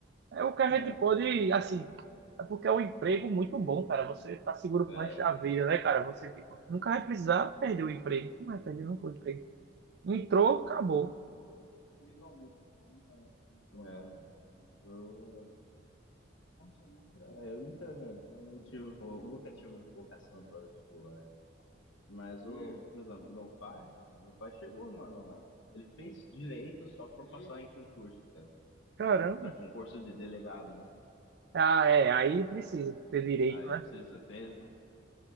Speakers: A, on the right (about 55°); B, on the left (about 75°).
A: É o que a gente
B: <laughs> é,
A: pode, assim. É porque é um emprego muito bom, cara. Você tá seguro
B: é,
A: pro resto da
B: né?
A: vida, né, cara? Você, tipo, nunca vai precisar perder o emprego. Não vai perder nunca o emprego. Entrou, acabou.
B: Vindo do almoço já, né? É, do É, eu, Como seu nome? é, eu nunca, eu não tive, vo- eu nunca tive vocação para vestibular. Mas o, por exemplo, meu pai, cara, meu pai chegou, mano, lá ele fez direito só pra passar em concurso, cara,
A: Caramba.
B: para concurso de delegado, né?
A: Ah, é. Aí precisa ter direito,
B: Aí
A: né?
B: precisa ter,